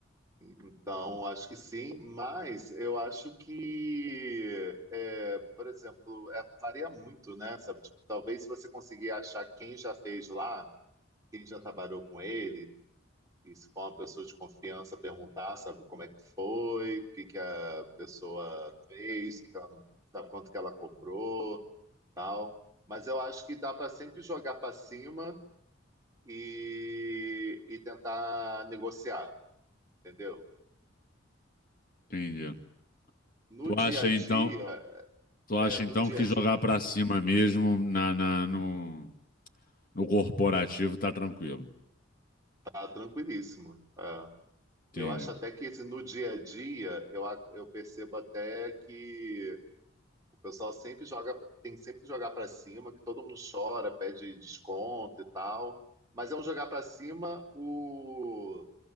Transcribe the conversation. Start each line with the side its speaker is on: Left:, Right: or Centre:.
Right: Então, acho que sim, mas eu acho que, é, por exemplo, é, varia muito, né? Sabe? Tipo, talvez se você conseguir achar quem já fez lá, quem já trabalhou com ele, e se for uma pessoa de confiança, perguntar, sabe, como é que foi, o que que a pessoa fez, o que que ela não, sabe, quanto que ela cobrou, tal. Mas eu acho que dá para sempre jogar para cima e, e tentar negociar, entendeu?
Left: entendi.
Right: No
Left: Tu
Right: dia
Left: acha
Right: a
Left: então,
Right: dia,
Left: tu
Right: É,
Left: acha
Right: no
Left: então
Right: dia
Left: que
Right: a
Left: jogar
Right: dia
Left: pra cima mesmo na, na- no, no corporativo tá tranquilo?
Right: tá tranquilíssimo. É.
Left: Entendi.
Right: Eu acho até que assim, no dia a dia eu, a- eu percebo até que o pessoal sempre joga, tem sempre que jogar para cima, que todo mundo chora, pede desconto e tal. Mas é um jogar para cima o,